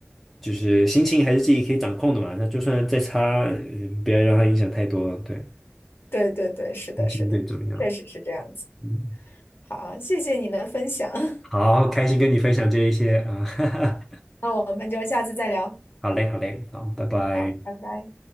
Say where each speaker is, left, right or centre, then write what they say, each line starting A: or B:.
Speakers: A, in the centre; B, on the left (about 55°).
A: 就是心情还是自己可以掌控的嘛。那就算再差，嗯不要让它影响太多了对，
B: 对对对，是的，
A: 开心最重要。
B: 是的，确实是这样子。
A: 嗯，
B: 好，谢谢你的分享，<laughs>
A: 好，开心跟你分享这一些啊，<laughs> 哈哈。
B: 那我们就下次再聊。
A: 好嘞，好嘞，好，拜拜。
B: 好，拜拜。